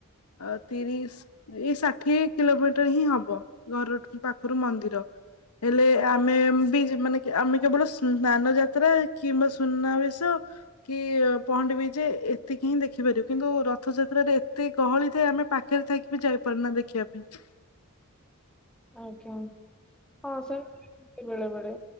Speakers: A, on the left; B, in the centre.
A: ଅ ତିରିଶ ଏଇ ଷାଠିଏ କିଲୋମିଟର ହିଁ ହବ ଘରଠୁ ପାଖରୁ ମନ୍ଦିର। ହେଲେ ଆମେ ବି ଯି ମାନେ ଆମେ କେବଳ ସ ସ୍ନାନ ଯାତ୍ରା କିମ୍ବା ସୁ ସୁନାବେଶ କି ପହଣ୍ଡି ବିଜେ ଏତିକି ହିଁ ଦେଖିପାରିବ କିନ୍ତୁ ରଥଯାତ୍ରାରେ ଏତେ ସେ ଗହଳି ଥାଏ ଆମେ ପାଖରେ ଥକି ବି ଯାଇପାରୁନା ଦେଖିବା ପାଇଁ।
B: ଆଜ୍ଞା ହଁ ସେମିତି ବେଳେବେଳେ